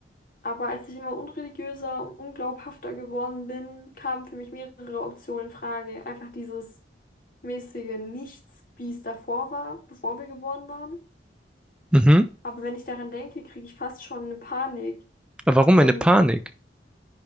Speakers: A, on the left (about 50°); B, in the centre.
A: Aber als ich immer unreligiöser und unglaubhafter geworden bin, kamen für mich mehrere Optionen in Frage. Einfach dieses mäßige Nichts, wie es davor war, bevor wir geboren waren.
B: mhm.
A: Aber wenn ich daran denke, kriege ich fast schon eine Panik.
B: Aber warum
A: Wenn,
B: eine Panik?